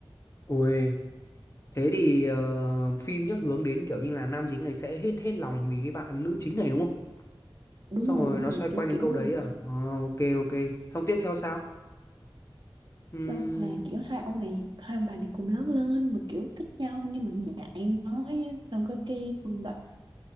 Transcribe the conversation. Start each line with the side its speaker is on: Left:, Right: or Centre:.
Left: ui thế thì ờ, phim chắc hướng đến kiểu như là nam chính này sẽ hết hết lòng vì cái bạn nữ chính này đúng không
Right: đúng
Left: xong rồi
Right: rồi đúng
Left: nó
Right: rồi
Left: xoay quanh
Right: kiểu
Left: cái
Right: kiểu
Left: câu
Right: là
Left: đấy
Right: gì?
Left: à Ờ, ok ok xong tiếp theo sao Ừm,
Right: Nên là kiểu hai ông này hai ông bà này cùng lớn lên mà kiểu thích nhau nhưng mà ngại nói á. xong có cái phần đó